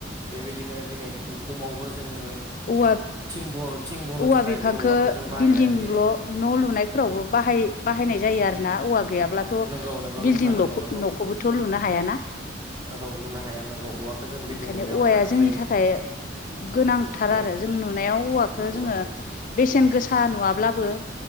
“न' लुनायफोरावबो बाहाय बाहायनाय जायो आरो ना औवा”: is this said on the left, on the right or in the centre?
Left